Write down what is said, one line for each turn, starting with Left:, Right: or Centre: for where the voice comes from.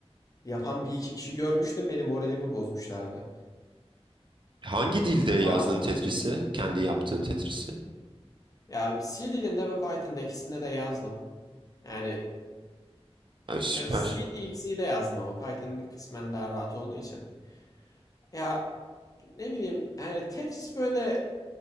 Left: Yapan bir iki kişi görmüştüm beni moralimi bozmuşlardı.
Right: hangi dilde yazdın
Left: Adam
Right: Tetris'i? Kendi yaptığın Tetris'i?
Left: ya C dilinde ve Python'da ikisinde de yazdım. Yani
Right: Ay süper.
Left: ya C, ilk C'de yazdım ama Python kısmen daha rahat olduğu için. Ya ne bileyim yani Tetris böyle